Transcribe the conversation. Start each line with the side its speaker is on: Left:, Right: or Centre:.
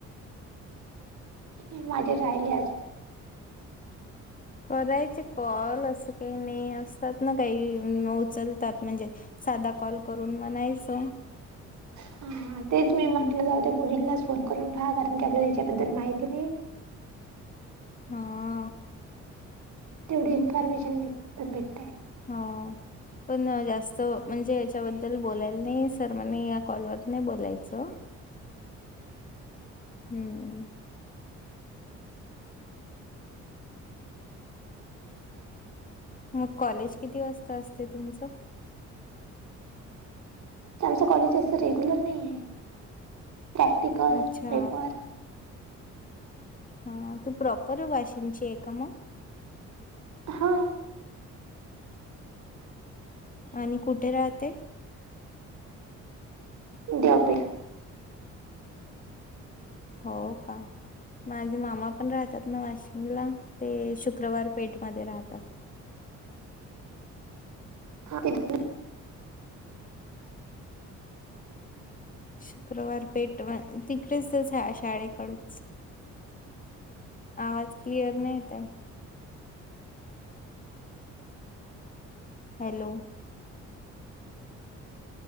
Right: हे माझे राहिले असं
Left: करायचे कॉल असं काही नाही असतात ना काही मौ चल त्यात म्हणजे सादा कॉल करून म्हणायचं
Right: हा हा तेच मी
Left: हम्म.
Right: म्हटलं जाऊ दे मुलींला फोन करून पहा कारण की आपल्याला याच्याबद्दल माहिती नाही.
Left: हा.
Right: तेवढी इन्फॉर्मेशन पण भेटतेय.
Left: हाव. पण जास्त म्हणजे याच्याबद्दल बोलायला नाही सर म्हणे या कॉलवर नाय बोलायचं. हम्म. मग कॉलेज किती वाजता असते तुमचं?
Right: आमचं कॉलेज असं रेग्युलर नाही ये, प्रॅक्टिकल
Left: अच्छा
Right: पेपर.
Left: हा तू प्रॉपर वाशिमची आहे का मग.
Right: हां.
Left: आणि कुठे राहते?
Right: दयो पे
Left: होव का? माझे मामा पण राहतात ना वाशिमला ते शुक्रवार पेठमध्ये राहतात.
Right: <unintelligible>
Left: शुक्रवार पेटवाय तिकडेच तेच आहे शाळेकडेच. आवाज क्लिअर नाय येताय. हॅलो.